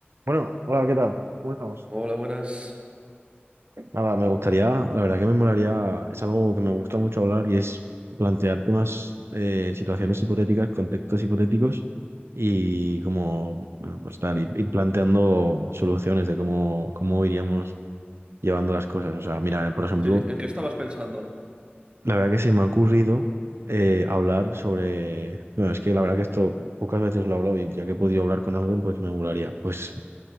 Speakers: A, on the right (about 85°); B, on the right (about 25°).
A: Bueno, hola, ¿qué tal? ¿Cómo estamos?
B: Hola, buenas.
A: Nada, me gustaría, la verdad que me molaría, es algo que me gusta mucho hablar y es plantear temas, eh, situaciones hipotéticas, contextos hipotéticos y como, bueno, pues tal, ir, ir planteando soluciones de cómo, cómo iríamos llevando las cosas. O sea, mira, por ejemplo,
B: Sí, ¿en qué estabas pensando?
A: la verdad que se me ha ocurrido eh, hablar sobre, bueno, es que la verdad que esto pocas veces lo he hablado y ya que he podido hablar con alguien, pues me molaría. Pues